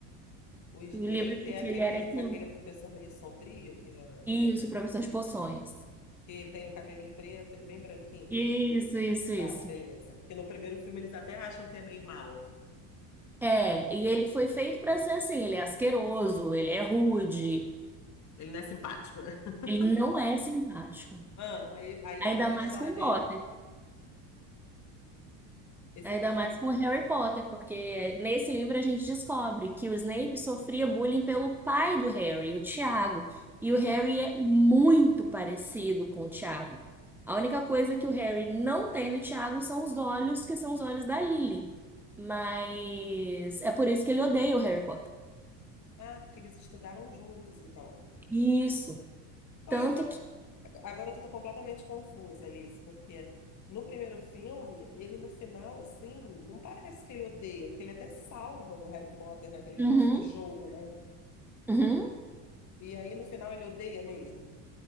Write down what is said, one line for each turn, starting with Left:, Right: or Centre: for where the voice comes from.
Left: O Snape
Centre: do livro de
Left: é
Centre: que
Left: aquele,
Centre: ele era esse,
Left: aquele professor meio sombrio, que, é-
Centre: isso, professor de poções.
Left: que tem o cabelinho preto, é bem branquinho.
Centre: Isso, isso, isso.
Left: Tá, beleza. Que no primeiro filme eles até acham que é meio mau.
Centre: É, e ele foi feito para ser assim, ele é asqueroso, ele é rude,
Left: Ele não é simpático, né? <laughs>
Centre: Ele não é simpático.
Left: Ah, aí, aí
Centre: Ainda
Left: conta
Centre: mais
Left: a história
Centre: com
Left: dele.
Centre: Potter.
Left: Esse
Centre: Ainda
Left: filme.
Centre: mais com Harry Potter, porque nesse livro a gente descobre que o Snape sofria bullying pelo pai do Harry, o Tiago. E o Harry é muito parecido com o Tiago. A única coisa que o Harry não tem do Tiago são os olhos, que são os olhos da Lily. Mas é por isso que ele odeia o Harry Potter.
Left: Ah, porque eles estudaram juntos, então.
Centre: Isso. Tanto
Left: Ué, então,
Centre: que.
Left: a- agora eu tô completamente confusa, Alice, porque no primeiro filme, ele no final, assim, não parece que ele odeia, porque ele até salva o Harry Potter naquele negócio
Centre: Uhum,
Left: do jogo, né?
Centre: uhum.
Left: E aí no final ele odeia mesmo.